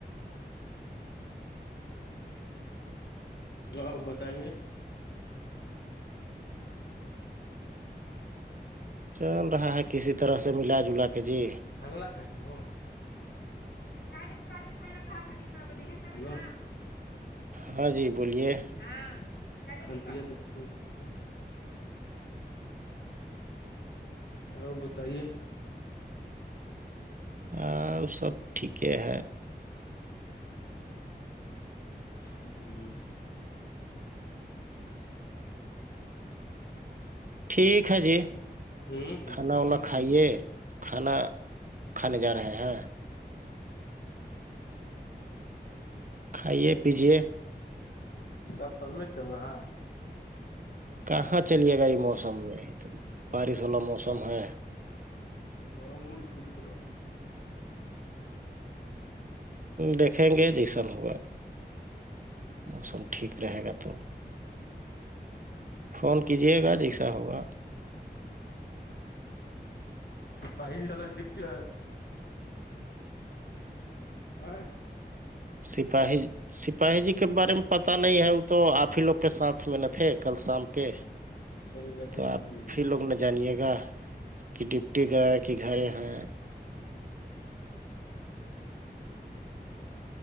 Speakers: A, on the left (about 75°); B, on the right (about 50°).
A: آ بتائیے
B: چل رہا ہے کسی طرح سے ملا جلا کے جی
A: االا <unintelligible>
B: ہاں جی بولیے
A: ہاں <unintelligible> اور بتائیے
B: آ اس سب ٹھیک ہے
A: ہوں
B: ٹھیک ہے جی
A: ہ
B: کھانا
A: روکیے
B: ونا
A: نا
B: کائیے
A: جی
B: کھانا کھانے جا رہے ہیں
A: ا کران <unintelligible>
B: کھائیے پیجیے
A: تب کب نہیں چل رہا ہے
B: کہاں چلیے گا یہ موسم میں تو بارش والا موسم ہے
A: کہوں اسکول طرف
B: دیکھیں گے جیسان ہوا موسم ٹھیک رہے گا تو فون کیجیے گا جیسا ہوگا
A: پہے جال دپٹی ا
B: سپاہی سپاہی جی کے بارے میں پتا نہیں ہے وہ تو آپ ہی لوگ کے ساتھ میں ن تھے کل شام کے
A: چل گیا
B: تو
A: ڈپٹی
B: آپھر لوگ نے جانیے گا کہ ڈپٹی گیا کہ جھرے ہیںاں